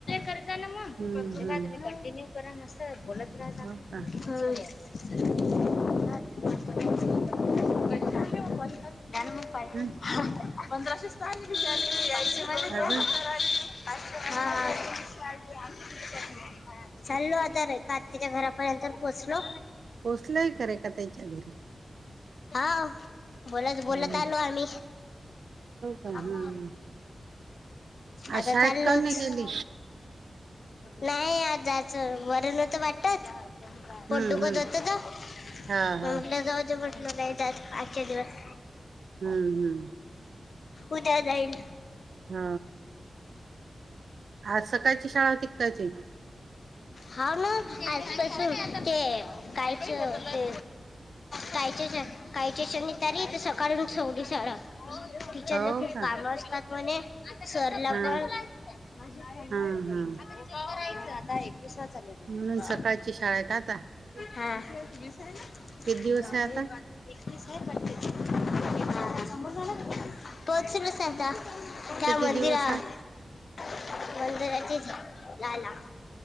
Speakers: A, on the left; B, on the right.
A: कज ना मग
B: हम्म
A: स्र्धे
B: हम्म
A: म कंटिन्यू बरा मस्त हाय बोलत राहातो
B: हो
A: आम्ही
B: का
A: हम्म. <inaudible> <unintelligible>
B: हम्म अजून
A: <unintelligible> आतीच्या घरापर्यंत तर पोचलो.
B: पोचलंय करे का त्याच्या घरी
A: <unintelligible> बोलत बोलत
B: हम्म
A: आलो आम्ही
B: का हम्म
A: हो.
B: आज
A: आता
B: शाळेत
A: चाललोच.
B: काऊन नाही गेली
A: नाही आज जायचं बर नव्हतं वाटत
B: हम्म
A: पोट दुख
B: हम्म
A: त होत
B: हा हा
A: त म जाऊ आजच्या दिवस
B: हम्म हम्म.
A: उद्या जाईल ह.
B: हो हा सकाळची शाळा होती का काय ह्याची
A: हा न आज तर सुट्टी आहे कालच ते कालच्याच कालच्या शणी तरी सकाळची ठेवली शाळा टिचरला
B: हो
A: खूप
B: का
A: काम असतात म्हणे सरला
B: हा
A: पण <unintelligible>
B: हा हा म्हणून <unintelligible>
A: हा. <unintelligible>
B: किती दिवस आहे आता किती दिवस आहे
A: <unintelligible> लाला